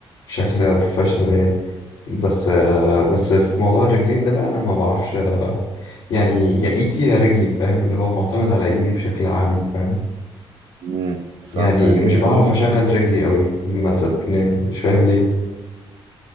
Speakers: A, on the left (about 65°); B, on the right (about 70°).
A: بشكل بروفيشنال يعني بس آه، بس في موضوع الرجلين ده بقى أنا ما بعرفش آه، يعني يا إيدي يا رجلي فاهم اللي هو معتمد على إيدي بشكل عام فاهم
B: امم صح
A: يعني
B: يعني
A: مش بعرف
B: ممكن
A: اشغل رجلي قوي ما تت... يعني مش فاهم ليه